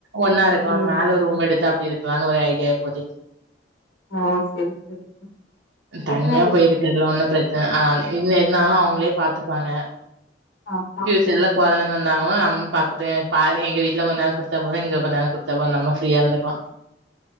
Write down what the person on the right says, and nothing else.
ஒன்னா இருக்லா
மேல ரூம் எடுத்து அப்டி இருக்லானு ஒரு ஐடியா இப்போதைக்கி
தனியா
போயிருக்கிறதுலா ஒன்னு பிரச்சன ஆ அந்த இனிமே என்ன ஆனாலு அவுங்களே பாத்துப்பாங்க
ஃபியூச்சர்லக் கொழந்தனு வந்தாங்கலு நம் பாக்கட்டு பாதி எங்க வீட்ல கொஞ்ச நேர குடுத்தா போது இங்க கொஞ்ச நேர குடுத்தா போது நம்ம ஃப்ரீயா இருந்துக்கலா